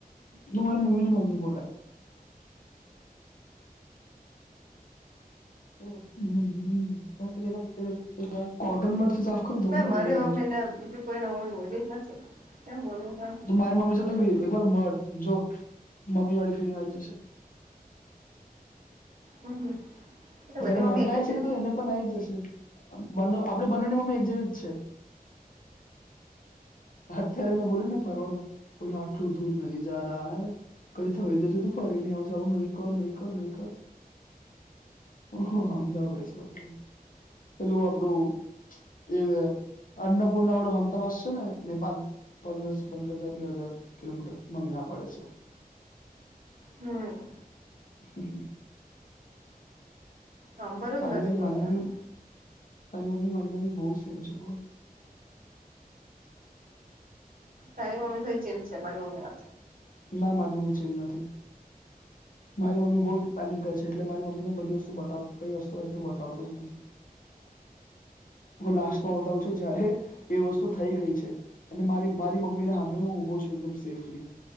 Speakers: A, on the left; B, on the right.
A: તુરી મમ્મી, મમ્મી બોલા તો હ હ, મેકે રખ કોડન બશે સાફ દ
B: ના
A: ને
B: મારી
A: એવું હોય,
B: મમ્મી
A: તો
B: ને બીજું કોઈને મમ્મી બોલી જ નથી કેમ બોલવું
A: મારી મમ્મી સાથે
B: પણ
A: એક વાર મળ જો મમ્મી, વાળડી ફિલિંગ આવી જશે
B: હમ્મ, હમ તો
A: જયારે,
B: બધી
A: મને
B: મમ્મી એક
A: આવી
B: જ છે
A: શકે તો એને પણ આવીઈ જ જશે બ આપણી બનેની મમ્મી, એક જેવી જ છે. અત્યારે મે બોલ્યુ ને ફરવાડું બોલો આટલું દૂર નહી, જ રહા હ કઈ થઈ, જશે ત ફરી નહી, આવશે આવું નહી કર નહી, કર નહી કર ઓ સમજઓ, બેશે તો પેલુ આપડુ એ અન્નપૂર્ણા, વાળુ હમતાવાાસ છેને નેપાલ પદરસ પદર હજાર, બે હજાર કિલોમીટર મમીના પાડે છે.
B: હમ.
A: <inaudible>
B: હમ હાભરું
A: તારી
B: જ નથી
A: અને
B: કોઈ
A: મારી મમ્મી
B: આજે.
A: તારી મમ્મી મારી મમ્મી બહુ છે સેમ છે ખબર
B: તારી મમ્મી થઈ ચીલ છે મારી મમ્મી
A: ના મારી મમ્મી ચીલ નથી મારી મમ્મી બહુ પેનીક કરે છે એટલે મારી મમ્મીને બધી વસ્તુ બતાવ કઈ વસ્તુ એટલું બવતો જ નથી. <inaudible> હું લાસ્ટમાં બતાવું છું જયારે એ વસ્તુ થઈ ગઈ છે અને મારી મારી મમ્મી ને સામે હું ઉભો છું એકદમ સેફલી